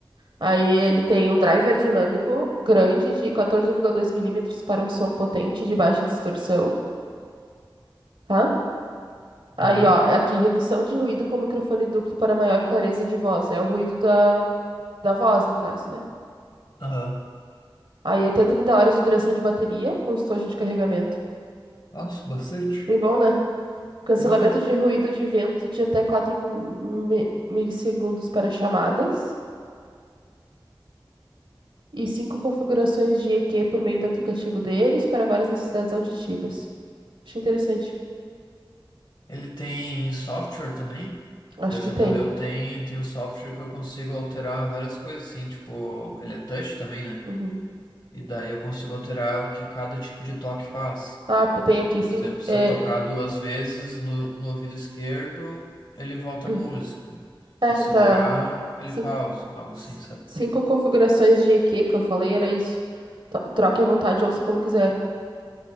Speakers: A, on the right; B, on the left.
A: Aí ele tem um driver dinâmico grande de 14,2 milímetros para um som potente de baixa distorção, tá? Aí,
B: aham,
A: ó, é aqui, redução de ruído com microfone duplo para maior clareza de voz. É o ruído da, da voz, no caso, né?
B: aham.
A: Aí até 30 horas de duração de bateria com estojo de carregamento.
B: Nossa, bastante.
A: Bem bom, né? Cancelamento
B: Aham.
A: de ruído de vento de até 4 mi- milissegundos para chamadas. e cinco configurações de EQ por meio do aplicativo deles para várias necessidades auditivas. Achei interessante.
B: Ele tem software também.
A: Acho
B: Por exemplo,
A: que tem.
B: o meu tem, tem um software que eu consigo alterar várias coisas, assim, tipo, ele é touch também, né?
A: Uhum.
B: E daí eu consigo alterar o que cada tipo de toque faz.
A: Ah, pô, tem aqui
B: Por
A: cinco.
B: exemplo, se
A: É,
B: eu tocar duas vezes no, no ouvido esquerdo, ele volta
A: <clears throat>
B: a música.
A: é,
B: Se eu segurar,
A: tá.
B: ele
A: Cin-
B: pausa, algo
A: c-
B: assim, sabe?
A: Cinco, configurações de EQ que eu falei, era isso. To- Troque à vontade, ouça como quiser.